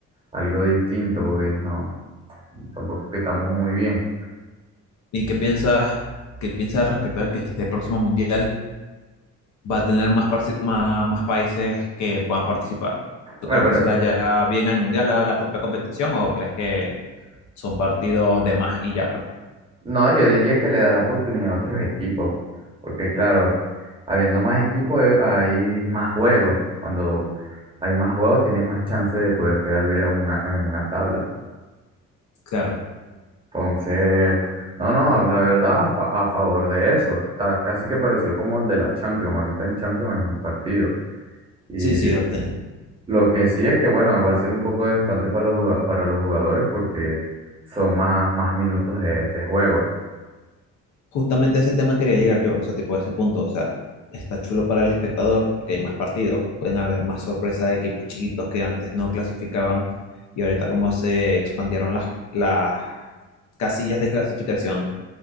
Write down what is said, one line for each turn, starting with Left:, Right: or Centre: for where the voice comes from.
Right: Algo distinto, porque no, tampoco que estamos muy bien.
Left: ¿Y qué piensas, qué piensas al respecto de que este próximo mundial va a tener más, parci- más, más países que puedan participar? ¿Tú
Right: Me
Left: crees
Right: pare-
Left: que eso le haya bien al mundial, a la propia competición, o crees que son partidos de más y ya, pues?
Right: No, yo diría que le da la oportunidad a otros equipos, porque claro, habiendo más equipos eh, hay más juegos. Cuando hay más juegos tienes más chance de poder quedar bien en una, en una tabla.
Left: Claro.
Right: Entonces, no, no, la verdad a, fa- a favor de eso. Está casi que parecido como el de la Champions. Ahorita en Champions hay más partidos. Y
Left: Sí, sí, ahorita
Right: lo que sí es que, bueno, va a ser un poco desgastante para los, juga- para los jugadores porque son más, más minutos de, de juego.
Left: justamente a ese tema quería llegar yo, o sea, tipo a ese punto, o sea, está chulo para el espectador, porque hay más partidos, pueden haber más sorpresa de equipos chiquitos que antes no clasificaban y ahorita como se expandieron las, las casillas de clasificación,